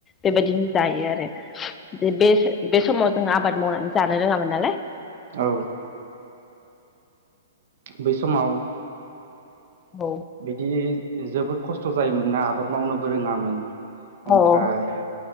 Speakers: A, on the left; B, on the right.
A: बेबायदिनो जायो आरो जे बे बे समाव जों आबाद मावनानै जानो रोङामोन नालाय
B: औ बै समाव
A: औ
B: बेदि जोबोद खस्थ' जायोमोन ना आबाद मावनोबो रोङामोन ओमफ्राय
A: अ